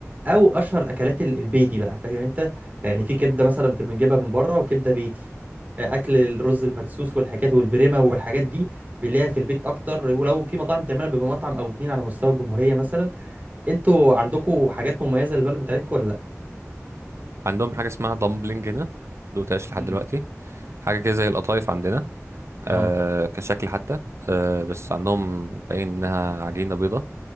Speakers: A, on the right (about 35°); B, on the right (about 60°).
A: أو أشهر الأكلات ال- البيتي بقى فاهم أنت يعني في كبدة مثلا بتبقى بنجيبها من بره وكبدة بيتي آه، أكل الرز المدسوس والحاجات والبريمة والحاجات دي بنلاقيها في البيت أكتر ولو في مطاعم بتعملها بمطعم أو اتنين على مستوى الجمهورية مثلا أنتوا عندكم حاجات مميزة للبلد بتاعتكم ولا
B: عندهم حاجه اسمها دامبلينج هنا دوتاش لحد
A: امم
B: دلوقتي حاجه كده زي القطايف عندنا آه
A: اه
B: كشكل حتى آه بس عندهم باين انها عجينه بيضه